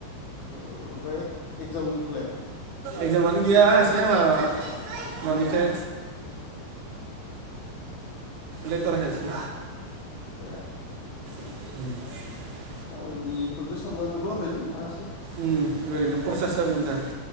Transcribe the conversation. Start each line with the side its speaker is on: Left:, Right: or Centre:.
Left: उम ओमफ्राय एक्जामखौलाय?
Right: एक्जामानो गैया हायासै आंहा मानोथाय लेटार हायासै
Left: ए
Right: <inaudible>
Left: आं बेफोरखौ साननानै बोबायलै हायासै।
Right: उम ओरैनो खरसासो जागौमोन दा